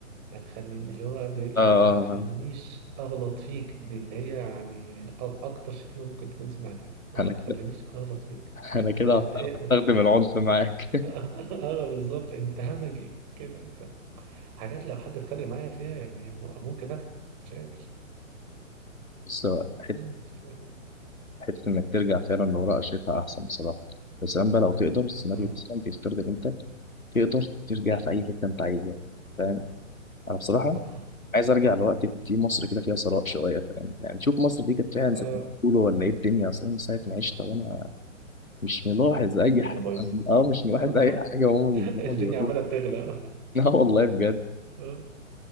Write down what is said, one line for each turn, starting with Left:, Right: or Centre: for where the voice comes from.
Right: ما تخليني اللي هو بيقول له
Left: آه
Right: ايه ما تخلينيش اغلط فيك دي اللي هي يعني أ- اكتر شتيمه ممكن تكون سمعتها اللي
Left: انا
Right: هو ما
Left: كده
Right: تخلينيش اغلط فيك
Left: انا كده
Right: انت
Left: هضطر
Right: ايه
Left: استخدم
Right: <laughs>
Left: العنف معاك
Right: اه بالظبط انت همجي كده انت حاجات لو حد اتخانق معايا فيها يعني ممكن انا مش قادر
Left: بس هو حته
Right: بس ف-
Left: حته انك ترجع فعلا لورا شايفها احسن بصراحه بس كمان بقى لو تقدر السيناريو
Right: اه
Left: مثلا بيفترض ان انت تقدر ترجع في اي حته انت عايزها فاهم انا بصراحه
Right: اه
Left: عايز ارجع لوقت كان في مصر كده فيها ثراء شويه فاهم يعني شوف مصر دي كانت فعلا
Right: <laughs>
Left: زي
Right: آه.
Left: ما بيقولوا ولا ايه الدنيا اصلا من ساعه ما عشت وانا مش ملاحظ اي
Right: الدنيا
Left: حاجه
Right: بايظه
Left: اه مش ملاحظ
Right: <laughs>
Left: اي حاجه هما بي- هما
Right: الدنيا
Left: بيقولوها
Right: عماله بتغلى
Left: اه <laughs> والله بجد
Right: اه